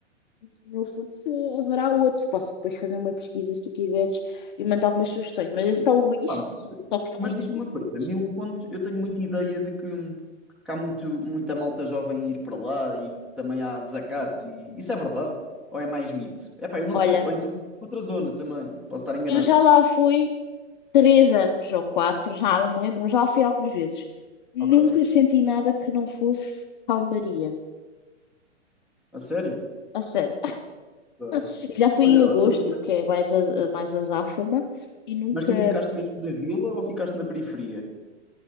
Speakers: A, on the left (about 40°); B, in the centre.
A: em Mil Fontes eh, haverá outros. Posso depois fazer uma pesquisa se tu quiseres e mandar algumas sugestões. Mas é São Luís,
B: Ah, mas
A: só que não
B: mas
A: é em
B: diz-me
A: Mil
B: uma
A: Fontes.
B: coisa, Mil Fontes, eu tenho muita ideia de que, que há muito, muita malta jovem ir para lá e que também há desacatos e isso é verdade? Ou é mais mito? É pá, eu não
A: Olha,
B: sei. Ou então é outra zona também, posso estar enganado.
A: eu já lá fui três anos ou quatro, já não me lembro, mas já fui algumas vezes. Nunca
B: Ok,
A: senti nada que não fosse calmaria.
B: A sério?
A: A sério.
B: ok.
A: <laughs> Já fui
B: Olha,
A: em agosto,
B: mas, isso-
A: que é mais a, mais azáfama, e nunca.
B: mas tu ficaste mesmo na vila ou ficaste na periferia?